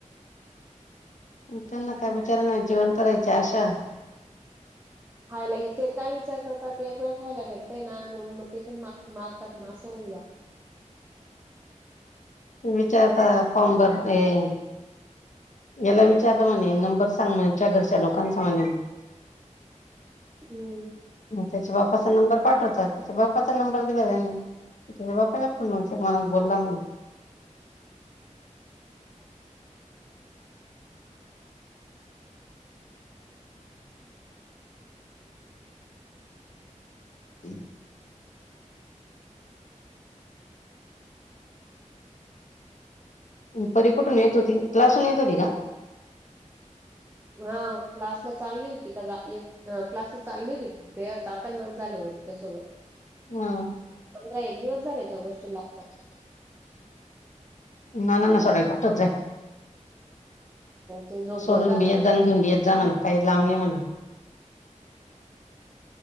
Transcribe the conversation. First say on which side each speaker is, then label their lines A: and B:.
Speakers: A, on the left; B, on the right.
A: इथ ना काय बिचार नाही जिवंत राहायचं अस -
B: खायला येते काय विचार करतात या खायला भेटतय ना म्हणून मग ते पण माग मागतात. मग अस होऊन जात -
A: तु विचारता पाम बरतय - याला विचारलं म्हणे नंबर सांग म्हणेच्या घरच्या लोकांचा म्हणे -
B: हम्म, !
A: मग त्याच्या बाप्पाचा नंबर पाठवताात त्याच्या बाप्पाचा नंबर दिला त्यानी - तझ बापाच्याण म्ह माझ बोलला - <unintelligible> परी कुठून येत होती क्लासून येत होती का ग -
B: हा क्लासला चालली होती का क्लासला चालली होती. जाताना झालं त्या सोबत
A: हा
B: पंधरा एक दिवस झाले त्या गोष्टीला -
A: नाना ना सोडायला पाठवच आहे
B: ते झोपलेले
A: सोडून
B: राहतात.
A: बी येजा - येकुंडन येत जा म्हण काही लांब नाही म्हण -